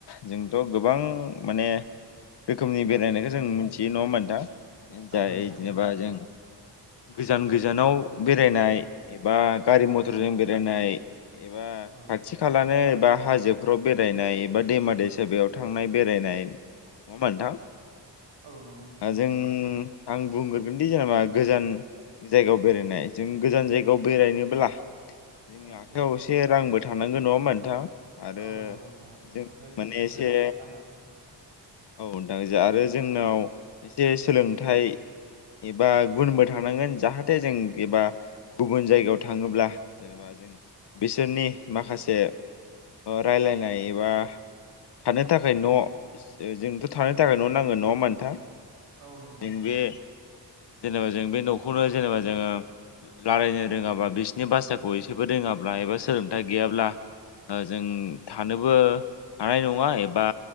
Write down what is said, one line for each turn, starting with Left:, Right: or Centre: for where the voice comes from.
Left: जोंथ' गोबां माने रोखोमनि बेरायनायखौ
Right: औ औ
Left: जों मिथियो नङा होमबा नोंथां जाय
Right: औ नंगौ
Left: जेनेबा
Right: नोंथां
Left: जों गोजान गोजानाव बेरायनाय एबा
Right: औ।
Left: गारि मथरजों बेरायनाय एबा
Right: औ
Left: खाथि खालानो बा हाजोफ्राव बेरायनाय एबा दैमा दैसायाव थांनाय बेरायनाय नङा होमबा नोंथां
Right: औ औ नंगौ नोंथां औ।
Left: जों आं बुंग्रोगोनदि जेनेबा गोजान जायगायाव बेरायनाय जों गोजान जायगायाव बेरायनोब्ला जोंनि
Right: औ
Left: आखायाव
Right: औ
Left: एसे रांबो थानांगोन नङा होमबा नोंथां? आरो
Right: औ नंगौ नोंथां औ बेथ'
Left: जों माने एसे
Right: गोनांथार राङा।
Left: औ नोंथां ज आरो जोंनाव एसे सोलोंथाइ एबा गुनबो थानांगोन जाहाथे जों एबा गुबुन जायगायाव थाङोब्ला जेनेबा जों बिसोरनि माखासे रायलायनाय एबा थानो थाखाय न' जोंथ' थानो थाखाय न' नांगोन नङा होमबा नोंथां
Right: औ नंगौ‌
Left: जों
Right: नोंथां
Left: बे
Right: औ
Left: जेनेबा जों बे न'खौनो जेनेबा जोङो रायलायनो रोङाबा बिसोरनि भासाखौ एसेबो रोङाब्ला बा सोलोंथाइ गैयाब्ला जों थानोबो हानाय नङा एबा